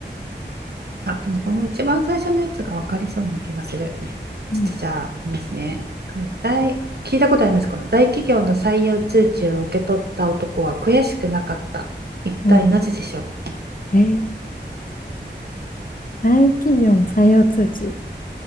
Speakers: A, on the right; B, on the left.
A: あ、でもこの一番最初のやつが分かりそうな気がする。
B: うん。
A: ちょっとじゃあ、いますね。大聞いたことありますこの大企業の採用通知を受け取った男は悔しくなかった。一体なぜでしょう
B: もうえー大企業の採用通知。